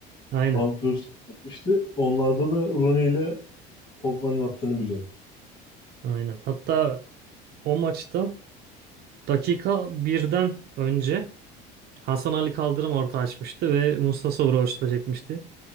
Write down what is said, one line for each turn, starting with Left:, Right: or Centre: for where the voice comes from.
Right: Aynen.
Left: Van Persie atmıştı. Onlarda da Rooney ile Pogba'nın attığını biliyorum.
Right: Aynen. Hatta o maçta dakika birden önce Hasan Ali Kaldırım orta açmıştı ve Musa Sow'u çekmişti.